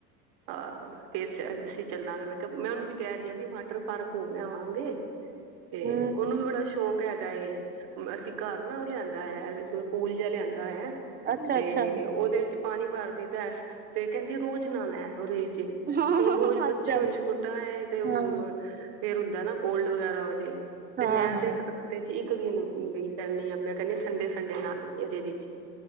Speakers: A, on the right (about 45°); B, on the right (about 20°).
A: ਆਹ ਫੇਰ ਅਸੀਂ ਚੱਲਾਂਗੇ ਮੈਂ ਕਿਹਾ ਮੈਂ ਉਹਨੂੰ ਵੀ ਕਹਿ ਰਹੀ ਆ ਵੀ ਵਾਟਰ ਪਾਰਕ ਹੋ ਲਿਆਵਾਂਗੇ ਤੇ
B: ਹੂੰ
A: ਉਹਨੂੰ ਵੀ ਬੜਾ ਸ਼ੌਕ ਹੈ ਗਾ ਇਹ ਅਸੀਂ ਘਰ ਨਾ ਉਹ ਲਿਆਂਦਾ ਹੈ। ਸਕੂਲ ਜੇਆ ਲਿਆਂਦਾ ਹੈ।
B: ਅੱਛਾ
A: ਤੇ,
B: ਅੱਛਾ
A: ਉਹਦੇ ਵਿੱਚ ਪਾਣੀ ਭਰ ਦੇਈਦਾ ਤੇ ਕਹਿੰਦੀ ਹੈ ਰੋਜ਼ ਨਾਨਣਾ ਹੈ। ਉਹਦੇ ਵਿੱਚ
B: ਹਾਂ
A: ਹੁਣ ਰੋਜ਼
B: ਅੱਛਾ
A: ਬੱਚੇ ਹੁਣ ਛੋਟਾ ਹੈ। ਤੇ ਉਹ
B: ਹਾਂ
A: ਫੇਰ ਹੁੰਦਾ ਕੀ ਕੋਲਡ ਵਗੈਰਾ ਹੋ ਦਏ। ਤੇ
B: ਹਾਂ
A: ਮੈਂ
B: ਹਾਂ।
A: ਤੇ ਹਫਤੇ ਵਿੱਚ ਇੱਕ ਦਿਨ ਕਹਨੀ ਆ ਮੈਂ ਕਹਨੀ ਦੀ ਸੰਡੇ -ਸੰਡੇ ਨਹਾ ਲੈ ਇਹਦੇ ਵਿੱਚ